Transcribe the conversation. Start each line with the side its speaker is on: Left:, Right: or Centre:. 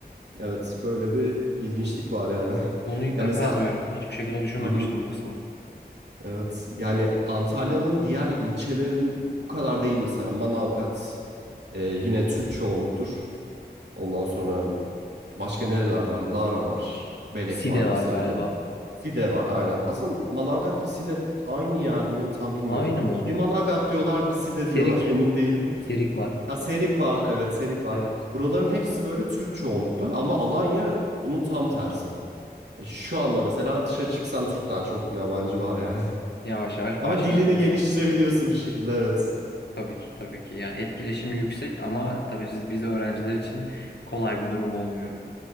Right: Evet, böyle bir ilginçlik var yani. <laughs>
Left: Bunu ilk
Right: Ya
Left: defa
Right: mesela
Left: duyuyorum. Hiçbir şekilde düşünmemiştim
Right: hı hı,
Left: bu kısmı.
Right: evet yani Antalya'nın diğer ilçelerin bu kadar değil mesela Manavgat e, yine Türk çoğunluktur. Ondan sonra Başka nereler var? Lara var. Belek
Left: Side
Right: var vesaire.
Left: var galiba.
Right: Side var aynen. Aslında Manavgat'la Side aynı yer mi? Tam bilmiyorum.
Left: Aynı mı oluyor?
Right: Bir Manavgat diyorlar, bir Side
Left: Serik.
Right: diyorlar <laughs> emin değilim.
Left: Serik var.
Right: Ya Serik var, evet Serik var.
Left: Evet.
Right: Buraların hepsi böyle Türk çoğunlukta, ama Alanya bunun tam tersi. E, şu anda mesela dışarı çıksam Türk'ten çok yabancı var yani.
Left: Yavaş
Right: <laughs>
Left: yavaş
Right: Ama
Left: başladı
Right: dilini
Left: diyorsun.
Right: geliştirebiliyorsun bir şekilde evet.
Left: Tabii ki tabii ki. Yani etkileşimi yüksek ama tabii siz biz öğrenciler için kolay bir durum olmuyor.